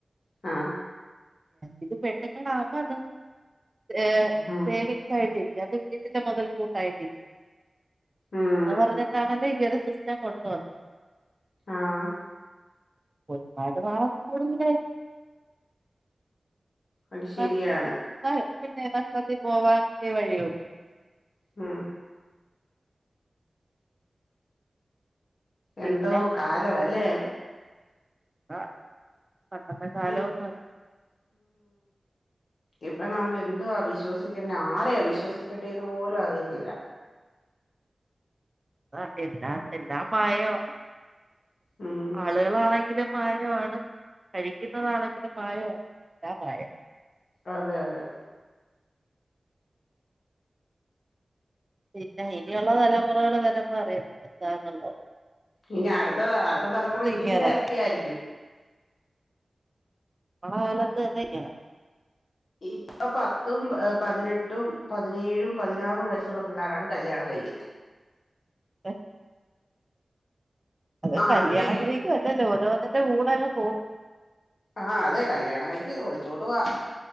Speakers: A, on the left (about 80°); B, on the right (about 35°).
A: ആ
B: ഇത് പെണ്ണങ്ങവാ അതെ ഏ
A: ഉം
B: സേവിങ്സായിട്ടിരിക്കും അത് വീടിൻറെ മുതൽക്കൂട്ടായിട്ടിരിക്കും
A: ഉം
B: അത് പറഞ്ഞട്ടാണല്ല ഇയറ് സിസ്റ്റം കൊണ്ടുവന്ന
A: ആഹ്
B: കുറച്ചു നാളേക്ക് കാണാം ഇവിടം വരെ
A: അത് ശരിയാണ്
B: ആഹ് ആ ആ പിന്നാ ത്തി പോവാനിട്ട വഴിയും
A: മ്
B: പിന്നെ
A: എന്തോ കാലംഅല്ലേ <unintelligible>
B: ആ പണ്ടത്തെ കാലം
A: ഇ-
B: ഒന്നുമല്ല
A: ഇപ്പ നമുക്ക് എന്ത്വ വിശ്വസിക്കണ്ടേ ആരയ അവിശ്വസിക്കണ്ടേ എന്ന് പോലും അറിയത്തില്ല
B: ആ എല്ലാ എല്ലാ മായവാ
A: ഉം
B: ആളുകളാണെങ്കിലും മാവായണ് കഴിക്കുന്നതാണെങ്കിലും മായവാ എല്ലാം മായവ
A: അതെ അതെ
B: പിന്നെ ഇനിയോള്ള തലമുറകള് വരമ്പം അറിയാം എന്താന്നൊള്ളത്
A: ഇനി അടുത്ത അടുത്ത തലമുറ ഇതിന്റെ
B: ഇങ്ങനെ
A: ഇരട്ടായിരിക്കും
B: നമ്മടെ കാലത്ത് തന്നെ ഇങ്ങനെ
A: ഇപ്പൊ പത്തും പതിനെട്ടും പതിനേഴും പതിനാറും വയസ്സുള്ള പിള്ളേരാണ് കല്യാണം കഴിക്കുന്നത്
B: ഏ അത്
A: ആദ്യമേ
B: കല്യാണം കഴിക്കു അല്ലല്ല ഓരോന്ന് ൻ്റെ കൂടങ്ങ്-
A: ആ അതെ കല്യാണം കഴി- ഒളിച്ചോട്വാ